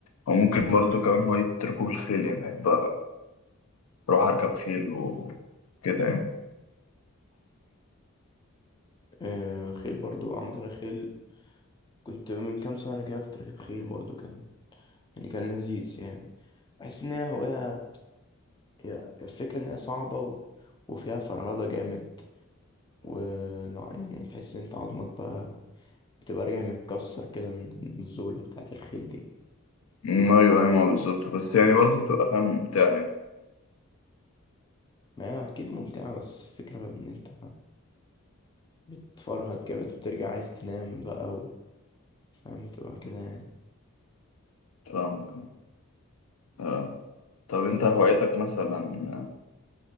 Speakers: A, on the left; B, on the left.
A: وممكن برضه كمان هواية ركوب الخيل يعني بحب أروح أركب خيل وكده يعني
B: آه خيل برضو عامة الخيل كنت من كام سنة كده كنت راكب خيل برضو كان يعني كان لذيذ يعني بحس ان هي هواية هي الفكرة ان هي صعبة و... وفيها فرهدة جامد و لا، يعني تحس ان انت عظمك بقى بتبقى راجع متكسر كده من الزولة بتاعة الخيل دي
A: م، أيوة أيوة ما بالظبط بس يعني برضه بتبقى فاهم ممتعة يعني
B: ما هي اكيد ممتعة بس الفكرة ان انت بتفرهد جامد وبترجع عايز تنام بقى و... فاهم تبقى كده يعني
A: فاهم كده. آه، طب أنت هوايتك مثلا آه،